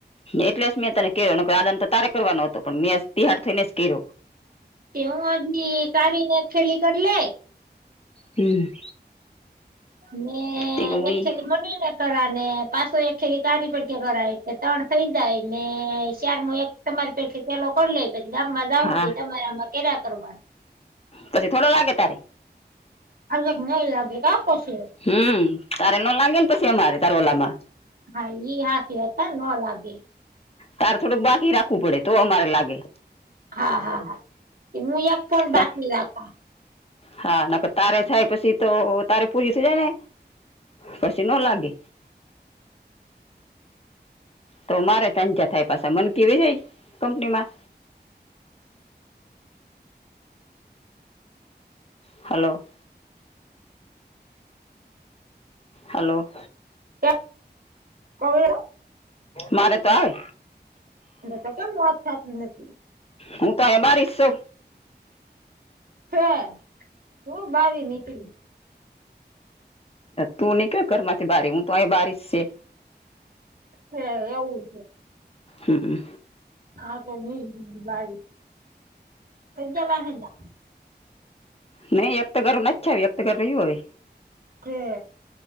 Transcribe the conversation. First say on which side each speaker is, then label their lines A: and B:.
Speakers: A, on the left; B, on the right.
A: એટલે જ મેં તને કે્યો આદન તો તારે કરવાનો હતો પણ મેં તિહાાર થઈ ને જ કે્યો
B: તેવ આધી કારીને ખેલી કલે
A: હમ
B: મેને
A: તે કે હુંય
B: એકલી મ ના કરા ને પાછો એક ખેલી કારી પણ કે કરાય ત્રણ થઈ જાય ને શારમાં એક તમારી પેડથી સેલો કોણ લે પછ આ મજા
A: હા
B: તમારે આમાં કેલા કરવા
A: પછી થોડો લાગે તારે
B: આજક નહીં લાગે કા પસે
A: હમ્મ તારે ન લાગે ને પછી અમારે તાર ઓલામાં
B: હા ઈ હાથી હતા ન લાગે
A: તારે થોડુંક બાકી રાખવું પડે તો અમારે લાગે
B: હા હા હા હું એક ફોન બાકી
A: તા
B: રાખા
A: હા ના તારે થાય પછી તો તારે પૂરી થઈ જાય ને પછી ણો લાગે તો મારે તંજા થાય પાછ મન કેવી રે કંપની માં હાલો હલોો
B: <inaudible>
A: મારે તો આવે
B: બ તો કેમ વાત થાતી નથી
A: હું તો એમારી છુ
B: ફે હુ બારી નીકળી
A: તું નીકળ ઘર માંથી બારી હું તો અહી બારીશ છે
B: હે એવું
A: હમ્મ
B: હા તો ન <unintelligible> હતા.
A: નહી વ્યક્ત કર ના અચ્છા વ્યક્ત કરર રહ્યું હવે
B: કે